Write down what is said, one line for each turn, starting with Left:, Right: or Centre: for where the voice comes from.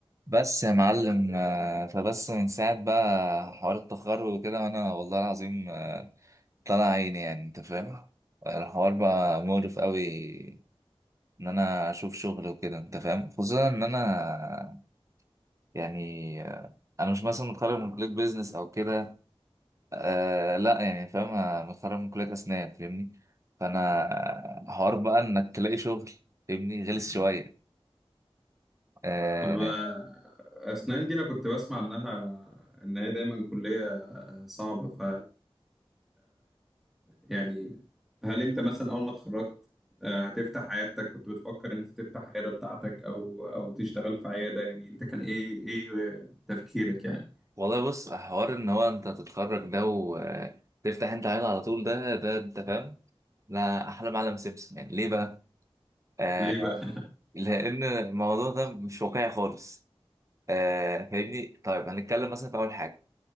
Right: بس يا معلم آه، فبس من ساعة بقى حوار التخرج وكده وأنا والله العظيم آه، طلع عيني يعني أنت فاهم الحوار بقى مقرف قوي إن أنا أشوف شغل وكده أنت فاهم خصوصا إن أنا يعني آه، أنا مش مثلا متخرج من كلية بيزنس أو كده أه لا يعني فاهم أنا متخرج من كلية أسنان فاهمني فأنا آه، حوار بقى إنك تلاقي شغل فاهمني غلس شوية آه،
Centre: طب آه، أسنان دي أنا كنت بسمع إنها إن هي دايما كلية صعبة ف يعني هل أنت مثلا أول ما اتخرجت آه، هتفتح عيادتك كنت بتفكر إن أنت تفتح عيادة بتاعتك أو أو تشتغل في عيادة يعني أنت كان إيه إيه تفكيرك يعني
Right: والله بص حوار ان هو انت تتخرج ده وتفتح انت عيله على طول ده ده انت فاهم لا احلى معلم سيمسون يعني ليه بقى آه
Centre: ليه بقى؟ <laughs>
Right: لان الموضوع ده مش واقعي خالص آه فاهمني طيب هنتكلم مثلا في اول حاجه